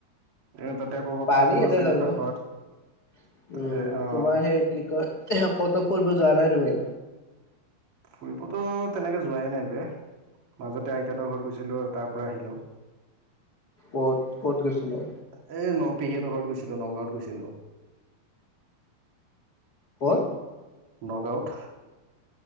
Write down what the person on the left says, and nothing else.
পাৰি
এনে
যাব।
উম,
তোমাৰ সেই। কি কয়, ক'ত ফুৰিব যোৱা নাই তুমি?
ক'ত, ক'ত গৈছিলা?
ক'ত?